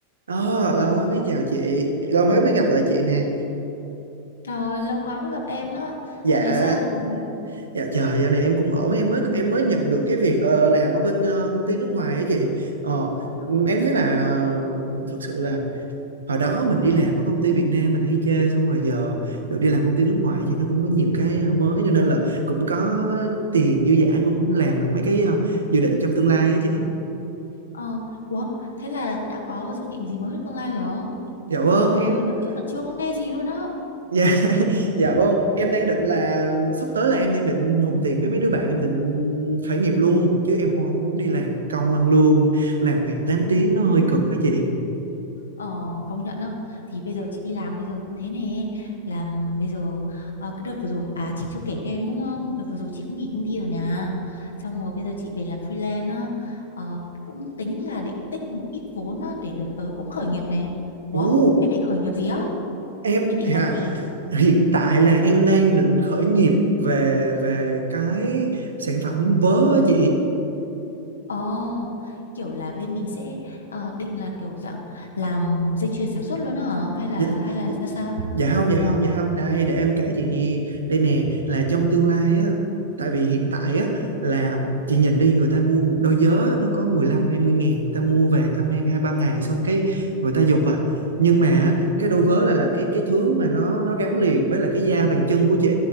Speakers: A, on the right; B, on the left.
A: Ờ, lâu quá mới chào chị, lâu mới mới gặp lại chị nè.
B: Trời ơi, lâu quá mới gặp em á.
A: Dạ,
B: Dạo này sao rồi?
A: dạ trời, giờ này em cũng ổn, em mới em mới nhận được cái việc ờ, làm ở bên ờ, công ty nước ngoài á chị. Ờ, ừm, em thấy là ờ, thực sự là hồi đó mình đi làm ở công ty Việt Nam mình hay chê xong rồi giờ được đi làm công ty nước ngoài thì nó cũng có nhiều cái ờ, mới cho nên là cũng có tiền dư dả cũng làm được mấy cái ờ, dự định trong tương lai á chị.
B: Ờ, ủa, thế là đã có dự định gì mới trong tương lai rồi hả?
A: Dạ vâng,
B: Trời
A: em
B: ơi, đợt trước là chưa có nghe gì luôn á.
A: Dạ, <laughs> dạ vâng. Em đang định là sắp tới là em đang định hùng tiền với mấy đứa bạn em định khởi nghiệp luôn chứ em cũng không muốn đi làm công ăn lương làm ngày tám tiếng nó hơi cực đó chị.
B: Ờ, công nhận á. Thì bây giờ chị đi làm bây giờ cũng thế nè. Làm bây giờ, ờ, cái đợt vừa rồi, à chị chưa kể cho em đúng không? Đợt vừa rồi chị cũng nghỉ công ty rồi nè. Xong rồi bây giờ chị về làm freelance á. Ờ, cũng tính là định tích một ít vốn á, để đợt tới cũng khởi nghiệp này. Ủa,
A: Ồ,
B: em định khởi nghiệp gì á?
A: em
B: Em định
A: à,
B: làm gì?
A: hiện tại là em đang định khởi nghiệp về về cái sản phẩm vớ á chị.
B: Ồ, kiểu là bên mình sẽ ờ, định là kiểu dạng làm dây chuyền sản xuất luôn hả? Hay là
A: Dạ,
B: hay là
A: dạ,
B: ra sao?
A: dạ không dạ không dạ không đây để em kể chị nghe đây nè là trong tương lai á tại vì hiện tại á là chị nhìn đi người ta mua một đôi giớ nó có 15 20 ngàn người ta mua về người ta mang hai ba ngày xong cái người ta dục à nhưng mà á, cái đôi vớ là là cái cái thứ mà nó nó gắn liền với là cái da bàn chân của chị